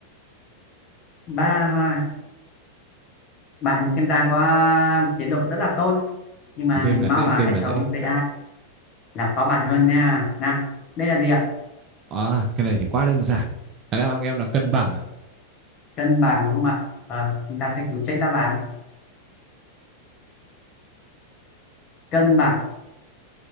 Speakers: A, on the left; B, on the right.
A: Ba hoa. Bạn xem ra có tiến độ rất là tốt. Nhưng mà
B: Game
A: mình
B: là
A: mong
B: dễ,
A: là
B: game
A: hệ
B: là
A: thống
B: dễ.
A: sẽ làm khó bạn hơn nha. Nào, đây là gì ạ?
B: À, cái này thì quá đơn giản. đáp án của em là cân bằng ạ.
A: cân bằng đúng không ạ Ờ, chúng ta sẽ cùng check đáp án cân bằng